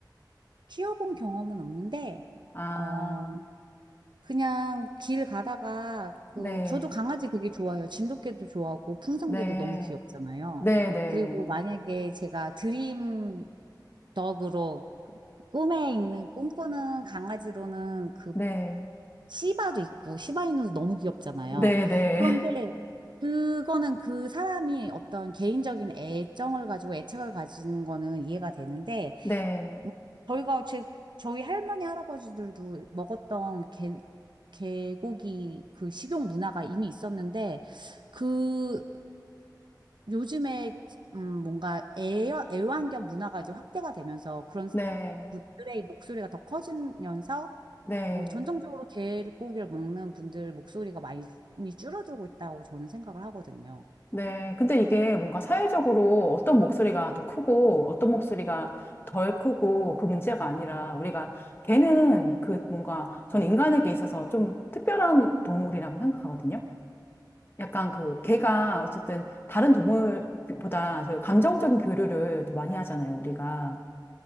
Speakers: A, on the right (about 75°); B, on the left (about 30°).
A: 키워본 경험은 없는데,
B: 아,
A: 어, 그냥 길 가다가,
B: 네,
A: 그, 저도 강아지 되게 좋아해요. 진돗개도 좋아하고, 풍선개도
B: 네,
A: 너무 귀엽잖아요.
B: 네, 네,
A: 그리고 만약에 제가 드림 덕으로 꿈에 있는 꿈꾸는 강아지로는 그
B: 네,
A: 시바도 있고 시바이누도 너무 귀엽잖아요.
B: 네, 네,
A: 그런데 그거는 그 사람이 어떤 개인적인 애정을 가지고 애착을 가지는 거는 이해가 되는데
B: <laughs>
A: 음, 저희가 제 저희 할머니 할아버지들도 먹었던 개 개고기 그 식용 문화가 이미 있었는데 그 요즘에 음, 뭔가 애, 애완견 문화가 이제 확대가 되면서 그런
B: 네,
A: 분들의
B: 네,
A: 목소리가 더 커지면서
B: 네.
A: 어, 전통적으로 개고기를 먹는 분들 목소리가 많이 줄어들고 있다고 저는 생각을 하거든요.
B: 네. 근데 이게 뭔가 사회적으로 어떤 목소리가 더 크고 어떤 목소리가 덜 크고 그 문제가 아니라 우리가 걔는 그 뭔가 저는 인간에게 있어서 좀 특별한 동물이라고 생각하거든요. 약간 그 걔가 어쨌든 다른 동물보다 저희 감정적인 교류를 더 많이 하잖아요. 우리가